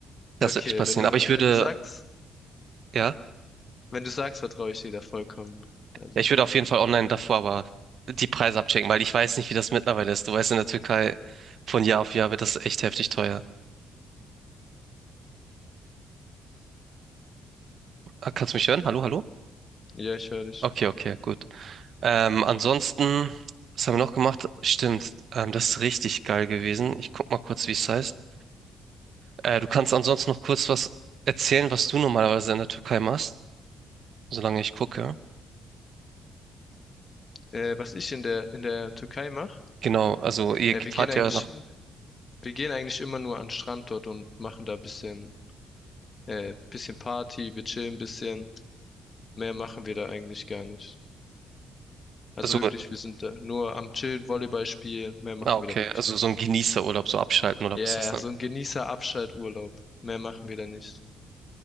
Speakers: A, on the right; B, on the left.
A: Das
B: Okay,
A: wird nicht passieren.
B: wenn du,
A: Aber ich
B: wenn
A: würde,
B: du sagst,
A: ja,
B: wenn du sagst, vertraue ich dir da vollkommen. Also,
A: ja, ich würde auf jeden Fall online davor aber die Preise abchecken, weil ich weiß nicht, wie das mittlerweile ist. Du weißt, in der Türkei von Jahr auf Jahr wird das echt heftig teuer. Ah, kannst du mich hören? Hallo, hallo?
B: ja, ich höre dich.
A: Okay, okay, gut. Ähm, ansonsten, was haben wir noch gemacht? Stimmt, ähm, das ist richtig geil gewesen. Ich guck mal kurz, wie es heißt. Äh, du kannst ansonsten noch kurz was erzählen, was du normalerweise in der Türkei machst, solange ich gucke.
B: Äh, was ich in der, in der Türkei mache,
A: Genau, also ihr
B: äh, wir
A: fahrt
B: gehen eigentlich,
A: ja nach,
B: wir gehen eigentlich immer nur an den Strand dort und machen da ein bisschen, äh, bisschen Party, wir chillen ein bisschen. Mehr machen wir da eigentlich gar nicht. Also
A: also,
B: wirklich, wir sind da nur am Chillen, Volleyball spielen. Mehr machen
A: ah, okay,
B: wir da wirklich
A: also
B: nicht.
A: so ein Genießerurlaub, so abschalten oder
B: Ja,
A: was
B: yeah,
A: ist das
B: so
A: denn?
B: ein Genießer-Abschalturlaub. Mehr machen wir da nicht.